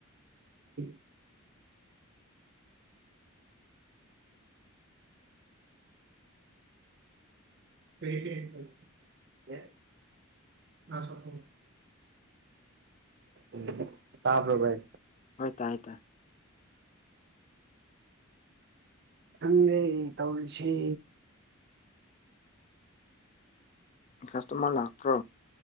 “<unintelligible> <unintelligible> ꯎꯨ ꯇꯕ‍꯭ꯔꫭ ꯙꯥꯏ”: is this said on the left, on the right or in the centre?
Right